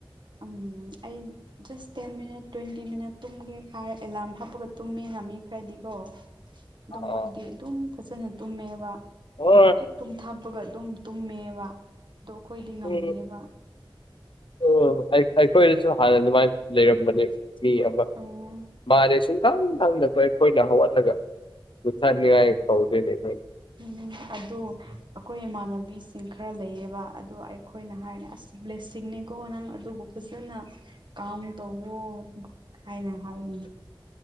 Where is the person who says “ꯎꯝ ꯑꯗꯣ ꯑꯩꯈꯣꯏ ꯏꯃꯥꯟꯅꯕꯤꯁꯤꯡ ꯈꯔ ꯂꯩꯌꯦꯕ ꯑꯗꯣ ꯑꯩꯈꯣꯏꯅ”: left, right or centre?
Right